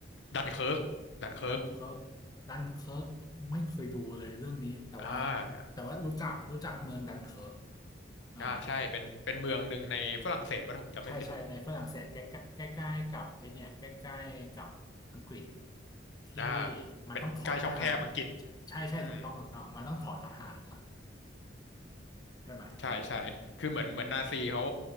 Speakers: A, on the left; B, on the left.
A: ดันเคิร์กดันเคิร์ก
B: ดันเคิร์กดันเคิร์กไม่เคยดูเลยเรื่องนี้แต่ว่า
A: อ่า
B: แต่ว่ารู้จักรู้จักเมืองดันเคิร์กอ่า
A: อ่าใช่เป็นเป็นเมืองหนึ่งในฝรั่งเศสป่ะถ้าผมจำไม่ผิด
B: ใช่ใช่ในฝรั่งเศสใกล้ใกล้ใกล้ๆกับไอเนี่ยใกล้ๆกับอังกฤษที่
A: อ่า
B: มันต้องถอนทหารใช่ใช่ถูกต้องถูกต้องมันต้องถอนทหารเนาะ
A: เป็นใกล้ช่องแคบอังกฤษอืม
B: ใช่ไหมในเรื่อง
A: ใช่ใช่คือเหมือนเหมือนนาซีเขา